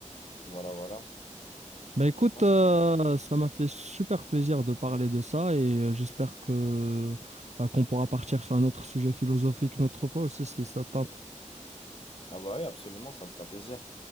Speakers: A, on the left; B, on the right.
A: Voilà, voilà.
B: Bah écoute,
A: Non,
B: euh,
A: c'est vrai.
B: ça m'a fait super plaisir de parler de ça et euh, j'espère que bah, qu'on pourra partir sur un autre sujet philosophique une autre fois aussi si ça t'intéresse.
A: Ah bah oui, absolument, ça me fera plaisir.